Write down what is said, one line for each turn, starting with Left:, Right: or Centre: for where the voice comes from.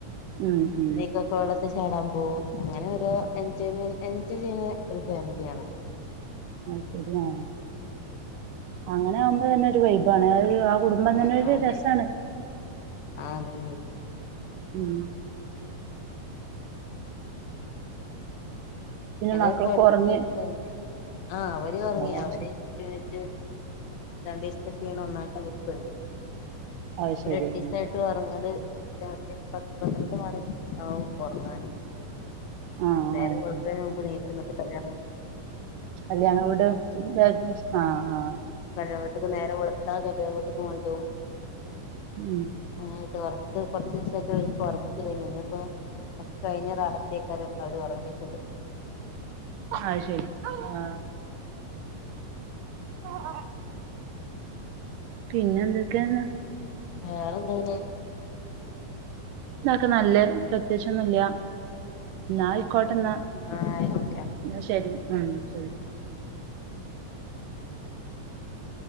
Right: ഉം ഉം
Left: ഇതീക്ക് വെള്ളത്തി ചാടാമ്പോവും അങ്ങനെ ഓരോ എൻജോയ്മെന്റ് എൻജോയ് ചെയ്യുന്ന ഒരു ഫാമിലിയാണ്
Right: അഹ് ശരിയാണ് അങ്ങനെ ആകുമ്പോ തന്നെ ഒരു വൈബാണ് അത് ഒര് ആ കുടുംബ ടുംബം
Left: ആഹ്
Right: തന്നൊരു
Left: ആഹ് അതെ
Right: രസാണ്
Left: ആഹ് തേ
Right: ഊം പിന്നെ
Left: ഏതായാലും
Right: മക്കളൊക്കെ
Left: ഇപ്പ അടിപൊളിയായിട്ട്
Right: ഒറങ്ങി
Left: കയിഞ്ഞു ആഹ് ഓല് ഉറങ്ങിയാ
Right: അത്
Left: ഓല്
Right: ശരി
Left: ത്യേച്ച് രണ്ടീസ്ത്ത ക്ഷീണം ഒന്നായിട്ട് അവർക്കുണ്ട്
Right: അത് ശരി
Left: ഒരെട്ടീസം
Right: ആഹ്
Left: ട്ട്റങ്ങല് രാത്രി പത്ത് പന്ത്രണ്ട് മണിയാവും ഉറങ്ങാന്
Right: ആഹ്
Left: നേരം
Right: ആഹ്
Left: വെളുത്തതിന്
Right: ആഹ്
Left: നുമ്പ് നീച്ച് ന്നിട്ട് കല്യാണ
Right: കല്യാണവീട് <unintelligible> ആഹ് ആഹ്
Left: കല്യാണവീട്ട്ക്ക് നേരം വെളുത്താ കല്യാണവീട്ടിക്ക് മണ്ടും
Right: ഊം
Left: ങ്ങനയിട്ട് ഉറക്ക് കൊറച്ച് ദിവസയിട്ട് ഇവൽക്ക് ഉറക്കില്ലയിരുന്നു ഇന്നിപ്പോ ഒക്കെഴിഞ് റാഹത്തേക്കാരം അവര് ഒറങ്ങീട്ട്ണ്ട്
Right: അഹ് ശരി ആഹ് <unintelligible> പിന്നെന്തെക്കേന്ന
Left: വേറെന്താ പിന്നെ
Right: ന്നാ ഒക്കെ നല്ലെ പ്രത്യേകിച്ചൊന്നുല്ല ന്നായി ക്കോട്ടെന്നാ
Left: ആഹ് ഓക്കെ
Right: ന്നാ ശരി ഉം ശരി